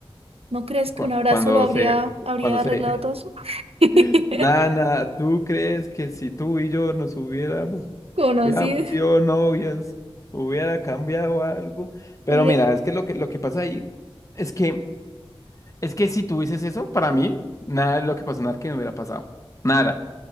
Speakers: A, on the right; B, on the left.
A: ¿No crees que
B: Cu-
A: un abrazo
B: Cuando
A: lo habría,
B: se,
A: habría
B: cuando se,
A: arreglado todo eso? <laughs>
B: <laughs> Nana, ¿tú crees que si tú y yo nos hubiéramos,
A: Conocido,
B: hubiéramos sido novias, hubiera cambiado algo? Pero
A: hubiera.
B: mira, es que lo que, lo que pasa ahí es que, es que si tú dices eso, para mí, nada de lo que pasó en Arcane hubiera pasado. Nada.